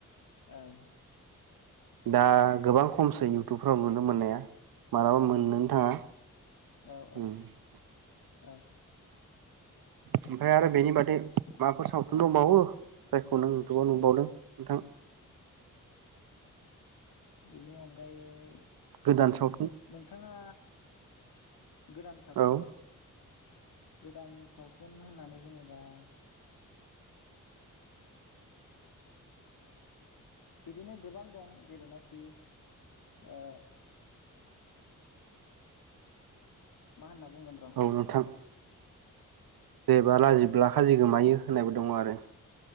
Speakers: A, on the left (about 75°); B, on the right (about 85°).
A: औ
B: दा गोबां खमसै इउटुबफ्राव नुनो मोननाया मालाबा मोननोनो थाङा
A: ओ औ
B: ओमफ्राय
A: औ
B: ओमफाय आरो बेनि बादै माबाफोर सावथुन दंबावो जायखौ नों इउटुबाव नुबावदों नोंथां?
A: बिनि अनगायै
B: गोदान सावथुन
A: नोंथाङा गोदान सावथुनखौ?
B: औ
A: गोदान सावथुन होननानै बुङोबा बिदिनो गोबां दं जेरैनाखि ओ मा होनना बुंगोन र'
B: औ नोंथां जेब्ला लाजिब्ला खाजि गोमायो होननायबो दङ आरो।